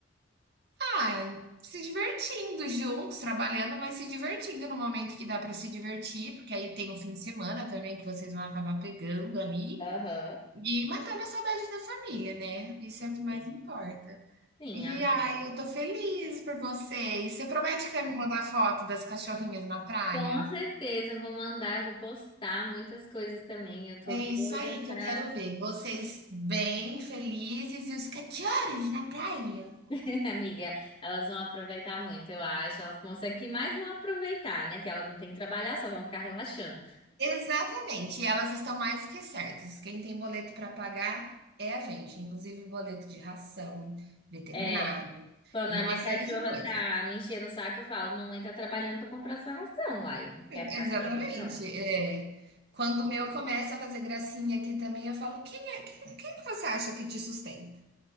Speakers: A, on the right (about 55°); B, on the left (about 25°).
A: ah, se divertindo juntos, trabalhando, mas se divertindo no momento que dá para se divertir, porque aí tem o fim de semana também que vocês vão acabar pegando ali,
B: Aham.
A: e matando a saudade da família, né, isso é o que mais
B: Sim,
A: importa.
B: sim,
A: E
B: amém.
A: aí, eu tô feliz por você. E você promete que vai me mandar foto das cachorrinhas na praia?
B: Com certeza, eu vou mandar, eu vou postar muitas coisas também. Eu tô
A: É
B: doida
A: isso aí que
B: pra.
A: eu quero ver. Vocês bem felizes e os cachorros na praia.
B: <laughs> Amiga, elas vão aproveitar muito, eu acho. Elas conseguem que mais não aproveitar, né? Que elas não têm que trabalhar, só vão ficar relaxando.
A: Exatamente, e elas estão mais que certas. Quem tem boleto para pagar é a gente, inclusive boleto de ração, veterinário
B: É, quando
A: e
B: a minha
A: uma série
B: cachorra
A: de coisas.
B: tá me enchendo o saco, eu falo: Mamãe tá trabalhando pra comprar sua ração, uai.
A: Exatamente,
B: Quer ficar sem ração?
A: é. Quando o meu começa a fazer gracinha aqui também, eu falo: quem é, quem, quem que você acha que te sustenta?